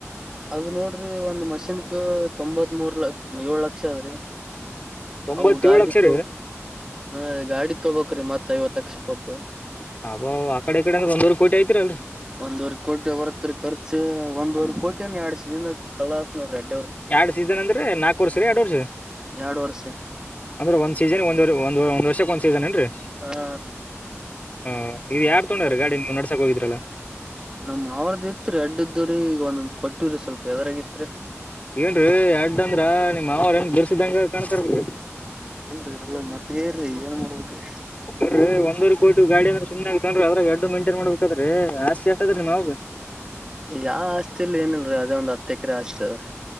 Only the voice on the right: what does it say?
ಅದ ನೋಡ್ರಿ ಒಂದ್ ಮಷಿನ್ಕ್ ತೊಂಬತ್ ಮೂೂರ್ ಲ ಏಳ್ ಲಕ್ಷ ಆದದ್ರಿ
ಅವು ಗಾಡಿ
ತೋ
ಹ ಗಾಡಿ ತೊಬಕ್್ರೀ ಮತ್ತತ್ ಐವತ್ ಲಕ್ಷ ಕೊಟ್ಟು
ಒಂದ್ವರೆ ಕೋಟಿ ಹೊ ಬರತ್ತೀ ಖರ್ಚು ಒಂದ್ವರ್ ಕೋಟನ್ ಎಡ್ಸಿದಿಂದ ಕಳಸ್ ನೋಡ್ರಿ ಅ
ಎರಡ್ ವರ್ಷ
ಹಾ.
ಕಳಸ್ತ್ರಿ
ನಮ್ ಅವ್ರದ್ದ ಇತ್ರಿ ಅಡ್ಡ್ದ್ರೀ ಈಗ ಒಂದ ಕೊಟ್ಟಿವ್ರಿ ಸ್ವಲ್ಪ ಎದರಾಗತ್ರಿ.
ಏನ್ರೀ ಎಲ್ಲ ಮತ್ತಗೇರರಿ ಏನ್ ಮಾಡ್ಬೇಕೀ.
ಯಾವ ಆಸ್ತಿ ಇಲ್ಲಿ ಏನಲ್ರೀ ಅದೇ ಒಂದ್ ಹತ್ತು ಎಕರೆ ಆಸ್ತಿ ಅದ್ರ.